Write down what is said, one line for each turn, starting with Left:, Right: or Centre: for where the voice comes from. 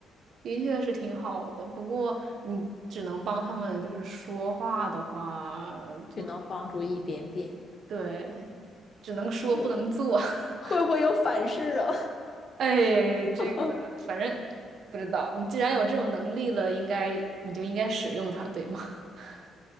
Right: 的确是挺好的，不过你只能帮他们就是说话的话，就好像
Left: 就能帮助一点点。
Right: 对，只能说不能做。
Left: 会
Right: <laughs>
Left: 会不会有反噬啊？
Right: 哎，这个反正不知道，
Left: <laughs>
Right: 你既然有这种能力了，应该你就应该使用它，对吗？<laughs>